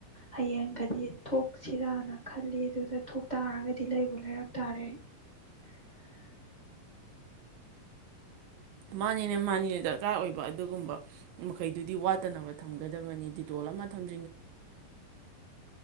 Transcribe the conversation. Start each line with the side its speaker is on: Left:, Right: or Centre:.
Left: ꯍꯌꯦꯡ ꯒꯗꯤ ꯊꯣꯛꯁꯤꯔꯥꯅ ꯈꯜꯂꯤ ꯑꯗꯨꯗ ꯊꯣꯛ ꯇꯥꯔꯒꯗꯤ ꯂꯩꯕꯨ ꯂꯩꯔꯛ ꯇꯥꯔꯦ ꯑꯩ <unintelligible>
Right: ꯃꯥꯅꯤꯅ ꯃꯥꯅꯤꯅ ꯗꯔꯀꯥꯔ ꯑꯣꯏꯕ ꯑꯗꯨꯒꯨꯝꯕ ꯃꯈꯩꯗꯨꯗꯤ ꯋꯥꯠꯇꯅꯕ ꯊꯝꯒꯗꯕꯅꯤ ꯗꯤꯇꯣꯜ ꯍꯧ